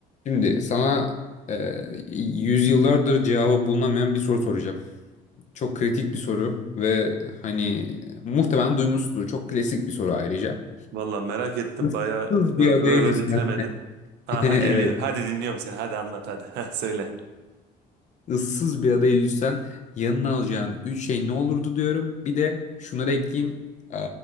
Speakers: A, on the left (about 45°); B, on the right (about 85°).
A: Şimdi sana e, yüzyıllardır cevabı bulunamayan bir soru soracağım. Çok kritik bir soru ve hani muhtemelen duymuşsundur. Çok klasik bir soru ayrıca.
B: Valla merak ettim.
A: Issız
B: Bayağı ö-
A: bir adaya
B: öve öve
A: düşsen,
B: bitiremedin.
A: <laughs>
B: Aha
A: evet,
B: geliyor. Hadi dinliyorum seni. Hadi anlat hadi. <laughs> Heh, Söyle.
A: ıssız bir adaya düşsen yanına alacağın üç şey ne olurdu diyorum. Bir de şunları ekleyeyim. Ee,